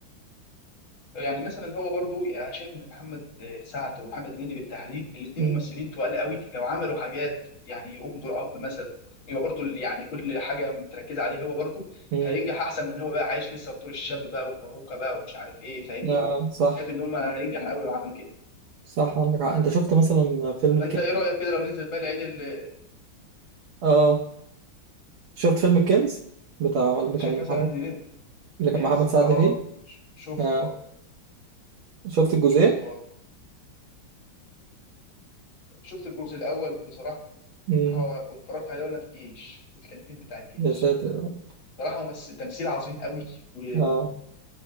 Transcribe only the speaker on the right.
امم
امم
آه صح
صح عندك حق انت شفت مثلا فيلم الكنز
اه شفت فيلم الكنز بتاع اللي
كان
محمد
اللي
كان محمد سعد
فيه
اه
شفت الجزئين
امم
يا ساتر يا رب.
اه